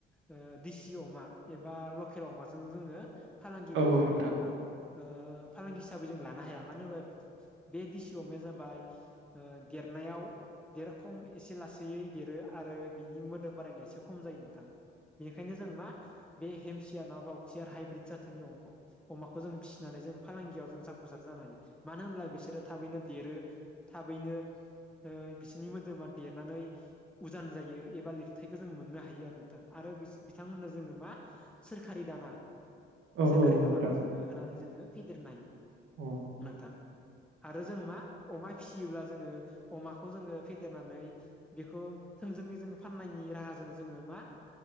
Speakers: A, in the centre; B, on the right (about 80°).
A: ओ देसि अमा एबा लकेल अमाजों जोङो। फालांगिखौ
B: औ
A: जोङो।
B: औ नोंथां
A: ओ फालांगि हिसाबै जों लानो हायाम। मानो होनोबा बि दिसि। म जाबाय ओ देरनायाव देरखम एसे लासैयै। देरो आरो बिनि मोदोम बारायनाय एसे खम जायो नोंथां। बेनिखायनो जों मा। बे हेमसिया नङाबा अक्सियार हाइब्रिद जाथोनि अमा अमाखौ जों फिसिनानै जों फालांगियाव जों जाफुंसार जानो हायो। मानो होनब्ला बिसोरो। थाबैनो देरो थाबैनो ओ बिसोरनि मोदोमा देरनानै। उजान जायो एबा लिरथायखौ जों मोननो हा हायो आरो नोंथां आरो बि बिथांमोननो जोङो मा सोरखारि दाना।
B: औ
A: सोरखारि
B: औ नोंथां
A: दानाखौ जोङो होनानै जोङो। फेदेरनाय
B: अ
A: नोंथां आरो जों मा अमाय फिसियोब्ला जोङो अमाखौ जोङो फेदेरनानै बेखौ। थोंजोङै जोङो फाननायनि राहाजों जोङो मा